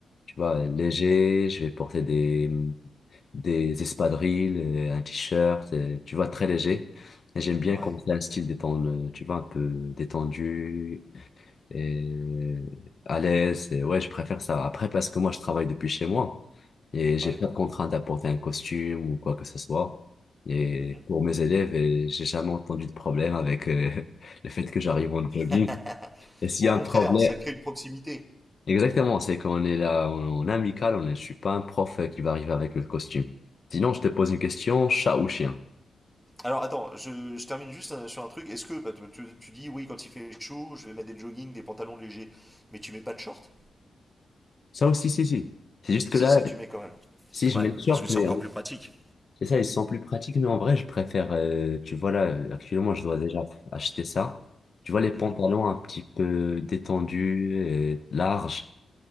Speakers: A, on the left; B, in the centre.
A: tu vois, légers. Je vais porter des, des espadrilles, euh, un t-shirt, euh, tu vois, très léger. Et j'aime bien
B: Ouais.
A: quand c'est un style détendu, tu vois, un peu détendu et à l'aise. Et ouais, je préfère ça. Après, parce que moi, je travaille depuis chez moi et j'ai
B: Ouais.
A: pas de contrainte d'apporter un costume ou quoi que ce soit. Et
B: Mhm.
A: pour mes élèves, et j'ai jamais entendu de problème avec euh, <laughs> le fait que j'arrive en jogging.
B: <laughs>
A: Et s'il
B: Au
A: y a
B: contraire,
A: un problème,
B: ça crée une proximité.
A: exactement, c'est qu'on est là on- on est amical, on est, je suis pas un prof euh, qui va arriver avec le costume. Sinon, je te pose une question, chat ou chien?
B: Alors attends, je, je termine juste euh, sur un truc. Est-ce que bah, tu, tu- tu dis oui quand il fait chaud, je vais mettre des joggings, des pantalons légers, mais tu mets pas de short?
A: Ça aussi, si, si. C'est juste que
B: Si,
A: là,
B: ça tu mets quand même.
A: si je
B: Ouais,
A: mets le short,
B: parce que c'est
A: mais
B: encore plus pratique.
A: C'est ça, ils sont plus pratiques, mais en vrai, je préfère, euh, tu vois là, euh, actuellement, je dois déjà acheter ça. Tu vois, les pantalons
B: Mhm.
A: un petit peu détendus, euh, larges,